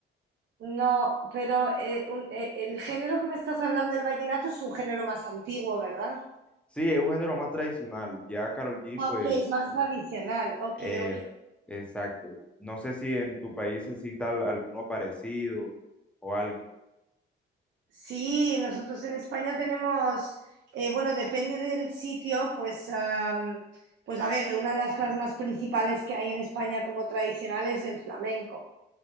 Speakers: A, on the right; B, in the centre.
A: No, pero eh, un- eh, el género que me estás hablando del vallenato es un género más antiguo, ¿verdad?
B: Sí, es un género más tradicional, ya Karol G,
A: Ah,
B: pues,
A: Ok, es más tradicional. Ok,
B: eh,
A: ok.
B: exacto. No sé si en tu país se cita al- alguno parecido o algo.
A: Sí, nosotros en España tenemos, eh, bueno, depende del sitio, pues, am, pues a ver, una de las cosas más principales que hay en España como tradicional es el flamenco,